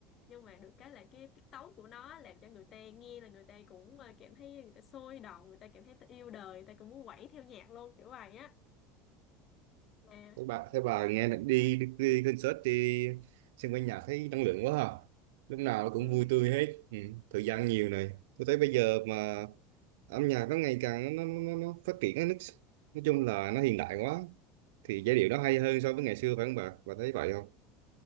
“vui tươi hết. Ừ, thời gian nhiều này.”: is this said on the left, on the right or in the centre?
Right